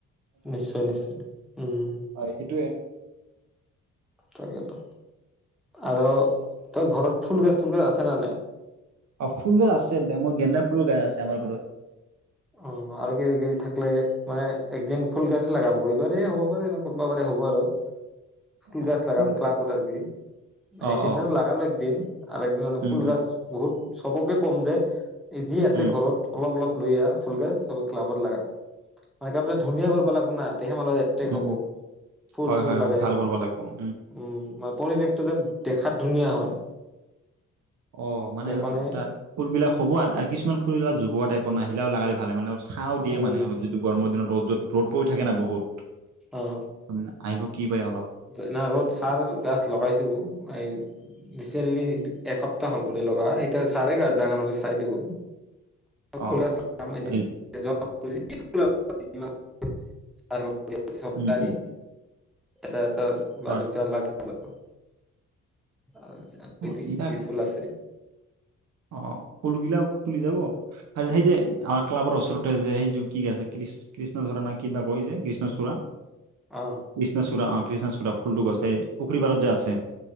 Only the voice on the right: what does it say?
হয় সেইটোৱে
অ ফুল গাছ আছে এ মোৰ গেন্দা ফুলৰ গাছ আছে। আমাৰ ঘৰত।
অ
ঠিক
আছে
অ', অ',
উম,
উম,
উম,
উম,
উম,
হয়,
হয়,
অ, ভাল কৰিব লাগিব উম,
অ মানে
ধৰ এটা ফুলবিলাক হ'ব আৰু আৰু কিছুমান ফুল এইবিলাক জোৱা টাইপ। নিলেও লগালে ভালোনে। চাও দিয়ে
মানে অলপ যিটো গৰমৰ দিনত। ৰ' য'ত ৰ'দ পৰি থাকে না বহুত।
ত মানে আহিব। কি পায় অলপ
অ', এই
উম,
উম,
হয়,
অ', এইবিলাক
অ ফুলগিলাও ফুলি যাব আৰু সেই যে আমাৰ ক্লাবৰ ওচৰতে যে সেইযোৰ কি আছে কৃষ্ণ ধৰা না কি কয় এই যে কৃষ্ণচূড়া
কৃষ্ণচূড়া, অ। কৃষ্ণচূড়া ফুলটো গছ যে এই পুখুৰীপাৰত যে আছে।